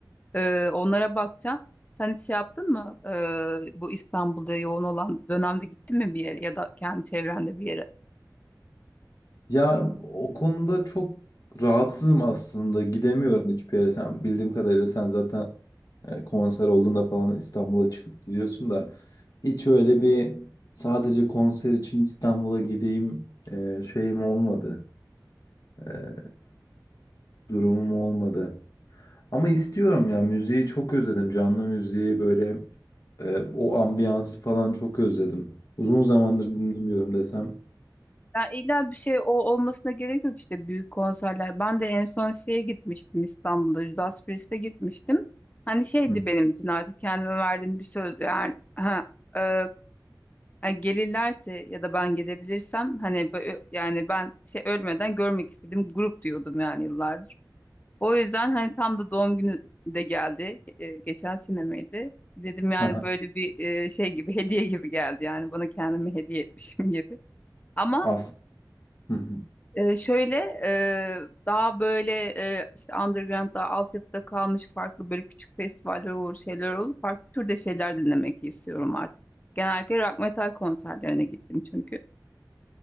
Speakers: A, on the left; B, on the left.
A: Ee, onlara bakacağım. Sen hiç şey yaptın mı Ee, bu İstanbul'da yoğun olan dönemde gittin mi bir yere ya da kendi çevrende bir yere?
B: ya o konuda çok rahatsızım aslında. Gidemiyorum hiçbir yere. Sen bildiğim kadarıyla sen zaten e, konser olduğunda falan İstanbul'a çıkıp gidiyorsun da hiç öyle bir sadece konser için İstanbul'a gideyim e, şeyim olmadı. E, durumum olmadı. Ama istiyorum ya müziği çok özledim. Canlı müziği böyle e, o ambiyansı falan çok özledim. Uzun zamandır dinlemiyorum desem.
A: Ya illa bir şey o olmasına gerek yok işte büyük konserler. Ben de en son şeye gitmiştim İstanbul'da Judas Priest'e gitmiştim. Hani şeydi
B: Hı.
A: benim için artık kendime verdiğim bir söz. Yani ha, e, ha, gelirlerse ya da ben gelebilirsem hani bö- yani ben şey ölmeden görmek istediğim grup diyordum yani yıllardır. O yüzden hani tam da doğum günü de geldi. E, geçen sene miydi? Dedim yani
B: Aha,
A: böyle bir e, şey gibi <laughs> hediye gibi geldi yani bana kendimi hediye etmişim gibi. Ama
B: as. Hı hı.
A: ee, şöyle e, daha böyle e, işte underground daha altyapıda kalmış farklı böyle küçük festivaller olur şeyler olur. Farklı türde şeyler dinlemek istiyorum artık. Genellikle rock metal konserlerine gittim çünkü.